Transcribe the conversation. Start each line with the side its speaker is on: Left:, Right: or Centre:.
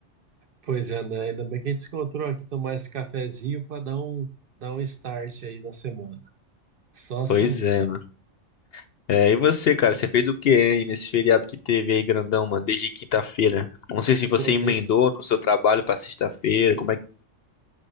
Right: Pois é, né? Ainda bem que a gente se encontrou aqui tomar esse cafezinho para dar um, dar um start aí na semana. Só assim
Left: Pois
Right: mesmo.
Left: é, mano. É, e você, cara? Você fez o que aí nesse feriado que teve aí, grandão, mano? Desde quinta-feira. Não sei se você
Right: Ô, ne-
Left: emendou no seu trabalho pra sexta-feira. Como é que.